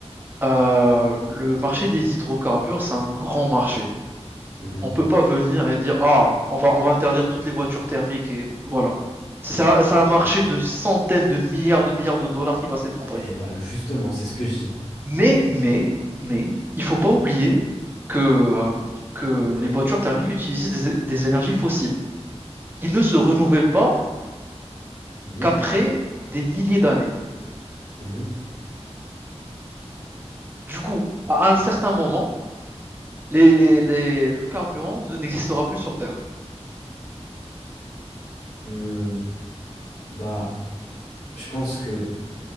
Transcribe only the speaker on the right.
Euh, le marché des hydrocarbures, c'est un grand marché.
On peut pas venir et dire, ah, on va, on va interdire toutes les voitures thermiques et voilà. C'est c'est un, c'est un marché de centaines de milliards de milliards de dollars qui va s'effondrer.
Mais, mais, mais, il faut pas oublier que, euh, que les voitures thermiques utilisent des, des énergies fossiles qui ne se renouvellent pas
qu'après des milliers d'années.
Du coup, à un certain moment, les, les- les- le carburant ne- n'existera plus sur Terre.